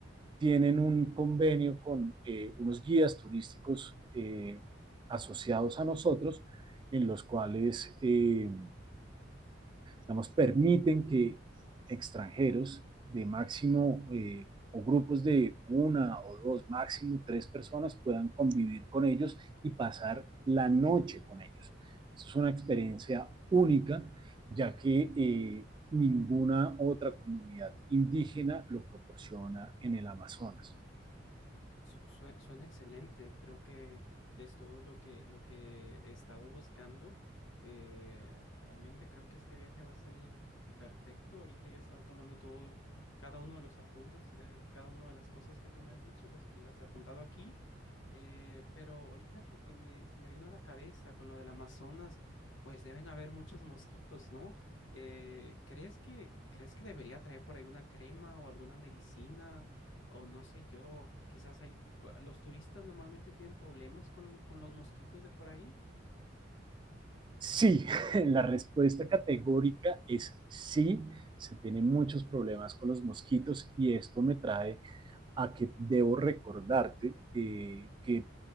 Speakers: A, on the right (about 25°); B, on the left (about 85°).
A: tienen un convenio con eh, unos guías turísticos eh, asociados a nosotros, en los cuales eh, digamos, permiten que extranjeros de máximo eh, o grupos de una o dos, máximo tres personas puedan convivir con ellos y pasar la noche con ellos. Esto es una experiencia única, ya que eh, ninguna otra comunidad indígena lo proporciona en el Amazonas.
B: Su- sue- Suena excelente, creo que es todo lo que, lo que he estado buscando. Eh, realmente creo que este viaje va a salir perfecto. Ahorita ya he estado tomando todo, cada uno de los apuntes, eh, cada una de las cosas que tú me has dicho, las, las he apuntado aquí. Eh, pero ahorita que, que me, se me vino a la cabeza con lo del Amazonas, pues deben haber muchos mosquitos, ¿no? Eh, ¿crees que, crees que debería traer por ahí una crema o alguna medicina? O no sé yo, quizás hay, ah, los turistas normalmente tienen problemas con, con los mosquitos de por ahí.
A: Sí, <laughs> la respuesta categórica es sí. Se tienen muchos problemas con los mosquitos y esto me trae a que debo recordarte eh, que